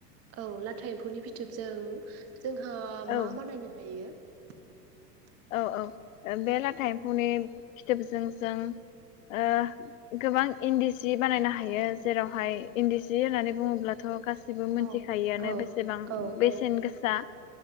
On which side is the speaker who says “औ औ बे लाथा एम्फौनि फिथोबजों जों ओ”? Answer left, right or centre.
Left